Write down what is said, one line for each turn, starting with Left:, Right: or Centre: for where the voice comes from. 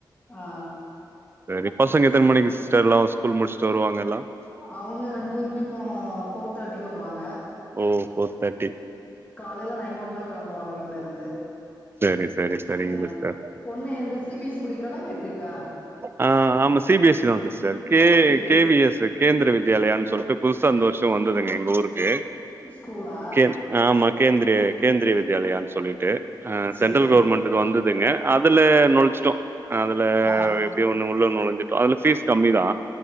Left: ஆ
Right: சரி பசங்க எத்தன
Left: சரி
Right: மணிக்கு சி எல்லா ஸ்கூல் முடிச்சுட்டு வருவாங்க எல்லா
Left: அவுங்க ரெண்டு பேருமே இப்போ ஃபோர் தேர்ட்டிக்கு வருவாங்க
Right: ஓ ஃபோர் தேர்
Left: காலையில நைன் ஓ கிளாக் கிளம்புவாங்க வீட்ல இருந்து
Right: சரி சரி சரிங்க
Left: ஆ
Right: சிஸ்டர்
Left: பொண்ணு எந்து சி பி எஸ் சி படிக்கிறாளா மெட்ரிக்கா
Right: ஆ ஆமா சி பி எஸ் சி தா sister K
Left: C B
Right: K
Left: C
Right: V S Kendriya Vidyalaya சொ சொல்ட்டு புதுசா இந்த வருஷோ வந்ததுங்க எங்க ஊருக்கு
Left: ஸ்கூலா
Right: கேந் ஆ மாகேந்திரிய கேந்திரிய வித்யாலயான்னு சொல்லிட்டு அ
Left: சேரி
Right: சென்ட்ரல் கவர்மெண்ட் டு வந்ததுங்க அதுல நுழைச்சிட்டோ அதுல
Left: ஆ
Right: எப்டியோ ஒண்ணு உள்ள நொலஞ்சிட்டோ அதுல ஃபீஸ் கம்மி தா